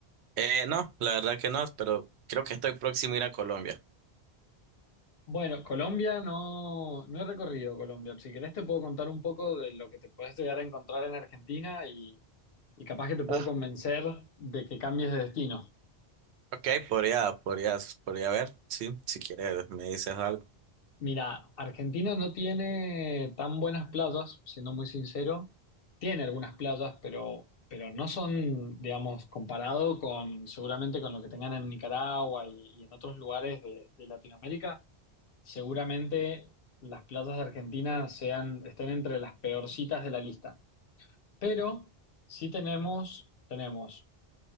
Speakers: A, on the right; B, on the left.
A: Eh, no, la verdad que no, pero creo que estoy próximo a ir a Colombia.
B: Bueno, Colombia no, no he recorrido Colombia. Si querés te puedo contar un poco de lo que te puedes llegar a encontrar en Argentina y, y capaz que te puedo
A: Ah,
B: convencer de que cambies de destino.
A: ok, podría, podría, podría ver, sí, si quieres me dices algo.
B: Mira, Argentina no tiene tan buenas playas, siendo muy sincero. Tiene algunas playas, pero, pero no son, digamos, comparado con seguramente con lo que tengan en Nicaragua y, y en otros lugares de, de Latinoamérica. Seguramente las playas de Argentina sean, estén entre las peorcitas de la lista. Pero sí tenemos, tenemos,